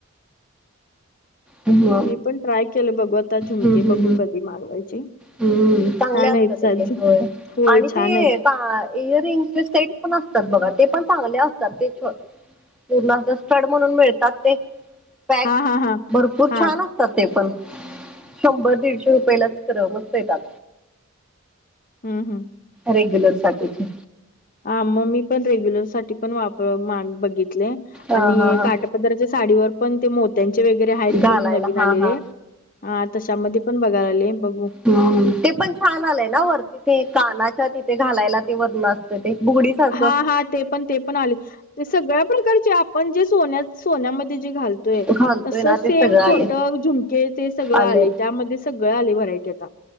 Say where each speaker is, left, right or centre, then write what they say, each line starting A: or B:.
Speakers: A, in the centre; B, on the left (about 40°).
A: हम्म
B: मी पण ट्राय केलं बघू आता झुमके
A: हम्म
B: बघू कधी मागवायचे
A: हम्म चांगले
B: छान
A: असतात
B: आहेत साजू
A: एक एक होय
B: होय
A: आणि
B: छान
A: ते
B: आहेत.
A: का - इयर रिंगचे सेट पण असतात बघा ते पण चांगले असतात ते पूर्ण अस स्टड म्हणून मिळतात ते पॅक
B: हा हा हा
A: भरपूर
B: हा
A: छान असतात ते पण शंभर दीडशे रुपयेलाच खर मस्त येतात
B: हम् हम्
A: रेग्युलर साठीचे
B: हा मग मी पण रेग्युलर साठी पण वापर बघितले
A: हा
B: आणि
A: हा हा
B: काठ- काठ पदरच्या साडीवर पण ते मोत्यांचे वगैरे आहेत
A: घालायला
B: कि नवीन
A: हा
B: आलेले
A: हा
B: हा तश्यामध्ये- पण बघायले बघू -
A: हा ते पण छान आलंय ना वर- तिथे कानाच्या तिथे घालायला ते वरन असत ते बुगडी- सारखं
B: हा हा ते पण ते पण आले ते सगळ्या प्रकारचे आपण जे सोन्या सोन्यामध्ये जे घाल तो
A: घालतोय
B: तसच
A: ना
B: सेम
A: ते सगळं आले
B: खोटं झुमके ते सगळं
A: आलेत
B: आले त्यामध्ये सगळं आले व्हरायटी आता-